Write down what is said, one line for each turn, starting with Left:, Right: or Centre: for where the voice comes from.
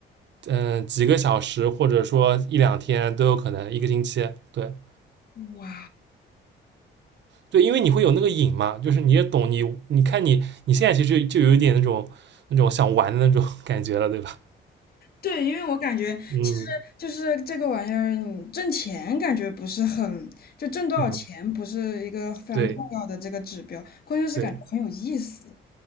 Right: 嗯、呃几个小时或者说一两天都有可能，一个星期，对，
Left: 哇，
Right: 对，因为你会有那个瘾嘛，就是你也懂你，你看你你现在其实就有一点那种那种想玩的那种 <laughs> 感觉了，对吧？
Left: 对，因为我感觉其实就是这个玩意儿，
Right: 嗯
Left: 你挣钱感觉不是很，就挣多少钱不是一个非常重要的这个指标，
Right: 嗯，对
Left: 关键是感觉很有意思。
Right: 对，